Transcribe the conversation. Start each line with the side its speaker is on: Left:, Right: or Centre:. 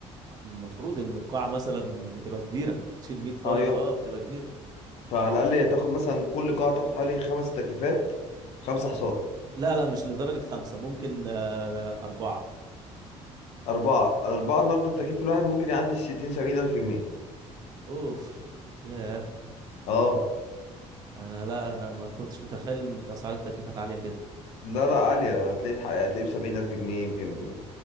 Right: المفروض ان القاعة مثلا بتبقى كبيرة تشيل 100 طالب
Left: ايوه
Right: اه بتبقى كبيرة
Left: فعلى الاقل هتاخد مثلا كل قاعة تاخد حوالي خمس تكييفات خمس حصان
Right: لا لا مش لدرجة خمسة ممكن آه، أربعة
Left: أربعة أربعة النهاردة التكييف الواحد ممكن يعدي الستين سبعين ألف جنيه
Right: اوف ياه
Left: اه
Right: انا لا انا ما كنتش متخيل ان اسعار التكييفات عالية كده
Left: لا لا عالية هتلاقيه بحق هتلاقيه بسبعين ألف جنيه يمكن